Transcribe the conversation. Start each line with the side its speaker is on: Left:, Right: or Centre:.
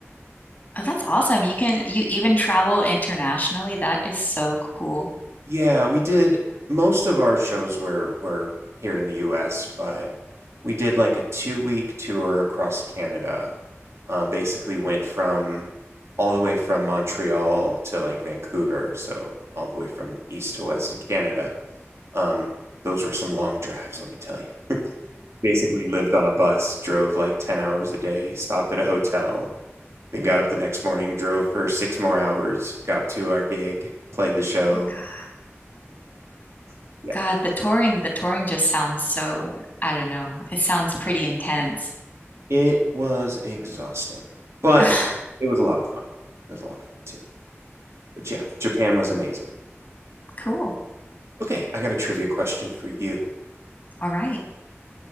Left: Oh, that's awesome. You can you even travel internationally. That is so cool.
Right: Yeah, we did most of our shows were were here in the US, but we did like a two week tour across Canada. Um, basically went from all the way from Montreal to like Vancouver, so all the way from east to west in Canada. Um, those were some long drives, let me tell you. Basically lived on a bus, drove like 10 hours a day, stopped at a hotel, then got up the next morning, drove for six more hours, got to our gig, played the show.
Left: Oh God.
Right: <laughs>
Left: God, the touring, the touring just sounds so, I don't know. It sounds pretty intense.
Right: It was exhausting, but
Left: <laughs>
Right: it was a lot of fun. It was a lot of fun too. But yeah, Japan was amazing.
Left: Cool.
Right: Okay, I got a trivia question for you.
Left: All right.